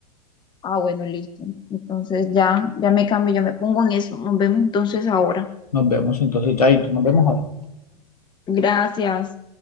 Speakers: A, on the left; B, on the left.
A: Ah, bueno, listo. Entonces ya, ya me cambio, ya me pongo en eso. Nos vemos entonces ahora.
B: Nos vemos entonces, chaito, nos vemos ahora.
A: Gracias.